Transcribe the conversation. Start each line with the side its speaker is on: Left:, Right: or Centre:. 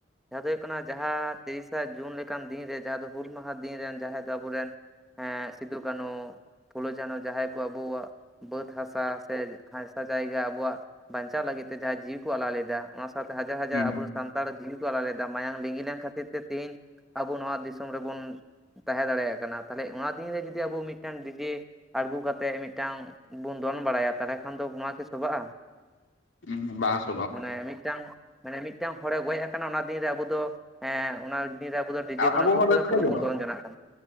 Centre: ᱡᱟᱦᱟ ᱫᱚ ᱦᱩᱭᱩᱜ ᱠᱟᱱᱟ ᱡᱟᱦᱟ᱾ ᱛᱤᱨᱤ ᱥᱟ ᱡᱩᱱ ᱞᱮᱠᱟᱱ ᱫᱤᱱ ᱨᱮ ᱡᱟᱦᱟ ᱫᱚ ᱦᱩᱹᱞ ᱢᱟᱦᱟ ᱫᱤᱱ ᱨᱮᱱ ᱡᱟᱦᱟᱸᱭ ᱫᱚ ᱟᱵᱚ ᱨᱮᱱ ᱦᱮᱸ ᱥᱤᱫᱩ ᱠᱟᱹᱱᱩ ᱯᱷᱩᱞᱳ ᱡᱷᱟᱱᱳ ᱡᱟᱦᱟᱸᱭ ᱠᱚ ᱟᱵᱚ ᱟᱵᱚᱣᱟᱜ ᱵᱟᱹᱫᱽ ᱦᱟᱥᱟ ᱥᱮ ᱦᱟᱥᱟ ᱡᱟᱭᱜᱟ ᱟᱵᱚᱣᱟᱜ ᱵᱟᱧᱪᱟᱣ ᱞᱟᱹᱜᱤᱫ ᱛᱮ ᱡᱤᱣᱤ ᱟᱞᱟᱭ ᱞᱮᱫᱟ ᱚᱱᱟ ᱥᱟᱶ ᱛᱮ ᱦᱟᱡᱟᱨ ᱦᱟᱡᱟᱨ
Left: ᱦᱩᱸ
Centre: ᱟᱵᱚ ᱥᱟᱱᱛᱟᱲ ᱡᱤᱣᱤ ᱠᱚ ᱟᱞᱟᱭ ᱞᱮᱫᱟ ᱢᱟᱭᱟᱝ ᱞᱤᱸᱜᱤ ᱞᱮᱱ ᱠᱷᱟᱹᱛᱤᱨ ᱛᱮ ᱛᱤᱦᱤᱧ ᱟᱵᱚ ᱱᱚᱣᱟ ᱫᱤᱥᱚᱢ ᱨᱮ ᱵᱚᱱ ᱛᱟᱦᱮ ᱫᱟᱲᱮᱭᱟᱜ ᱠᱟᱱᱟ ᱛᱟᱦᱞᱮ ᱚᱱᱟ ᱫᱤᱱ ᱨᱮ ᱡᱩᱫᱤ ᱟᱵᱚ ᱢᱤᱫ ᱴᱟᱱ ᱰᱤᱡᱮ ᱟᱲᱜᱳ ᱠᱟᱛᱮᱫ ᱢᱤᱫ ᱴᱟᱝ ᱵᱩᱱ ᱫᱚᱱ ᱵᱟᱲᱟᱭᱟ ᱛᱟᱦᱞᱮ ᱠᱷᱟᱱ ᱫᱚ ᱱᱚᱣᱟ ᱠᱤ ᱥᱚᱵᱷᱟᱜᱼᱟ᱾
Left: ᱩᱸ ᱵᱟᱥ
Centre: ᱢᱟᱱᱮ ᱢᱤᱫ ᱴᱟᱝ ᱢᱟᱱᱮ ᱢᱤᱫ ᱴᱟᱝ ᱦᱚᱲᱮ ᱜᱚᱡ ᱟᱠᱟᱱᱟ ᱚᱱᱟ ᱫᱤᱱ ᱨᱮ ᱟᱵᱚ ᱫᱚ ᱮᱸᱜ ᱚᱱᱟ <unintelligible> ᱟᱵᱚ ᱫᱚ ᱰᱤᱡᱮ ᱵᱚᱱ
Left: ᱟᱵᱚ
Centre: ᱟᱹᱜᱩ ᱟᱠᱟᱫᱟ
Left: ᱨᱟᱹᱥᱠᱟᱹ
Centre: ᱯᱩᱨᱟᱹ
Left: ᱡᱚᱝᱚᱜ
Centre: ᱵᱚᱱ ᱫᱚᱱ ᱡᱚᱱᱟᱜ ᱠᱟᱱᱟ